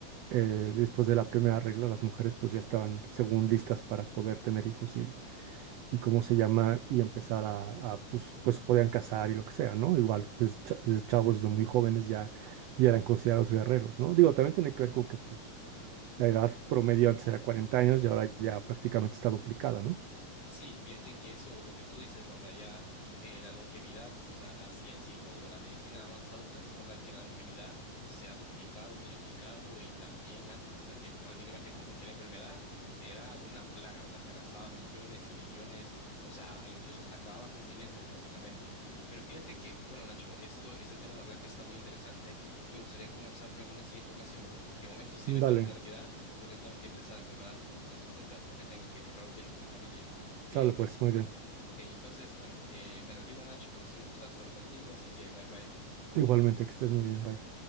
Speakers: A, on the right; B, on the left.
A: eh, después de la primera regla, las mujeres pues ya estaban según listas para poder tener hijos y, y cómo se llama, y empezar a, a, pues, pues podían casar y lo que sea, ¿no? Igual, pues cha- desde chavos desde muy jóvenes ya, ya eran considerados guerreros, ¿no? Digo, también tiene que ver con que pues la edad promedio antes era 40 años y ahora ya prácticamente está duplicada, ¿no?
B: Sí, fíjate que eso, lo que tú dices, ¿verdad? Ya eh, la longevidad, o sea, la ciencia y todo, la medicina ha avanzado tanto, ¿verdad? Que la longevidad se ha duplicado, triplicado y también antes, ¿verdad? Que prácticamente con cualquier enfermedad era una plaga, ¿verdad? Que arrasaba millones y millones, o sea, a- incluso hasta acababa continentes, básicamente. Pero fíjate que, bueno, Nacho, esto, este tema, la verdad que está muy interesante y me gustaría comenzarlo en una siguiente ocasión, ¿verdad? Porque de momento sí me tengo
A: Dale,
B: que retirar porque tengo que empezar a preparar un poco las maletas porque tengo que preparar un viaje con mi familia. Eh,
A: sale
B: bueno,
A: pues, muy bien.
B: ok, entonces, bueno, eh, me retiro, Nacho, pero sí un gustazo hablar contigo, así que bye bye.
A: Igualmente, que estés muy bien, bye.